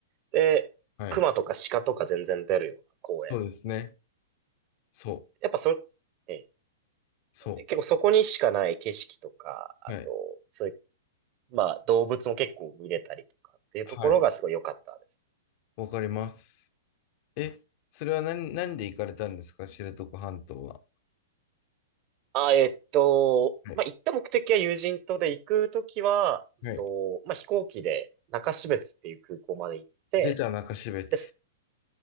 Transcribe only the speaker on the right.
で、
熊とか鹿とか全然出るような公園。
やっぱそ、え
え、結構そこにしかない景色とか、あと、
そういう、まあ動物も結構見れたりとかっていうところがすごい良かったです。
あ、えっと、
まあ行った目的は友人とで行くときは、うんと、
まあ飛行機で中標津っていう空港まで行って、
です。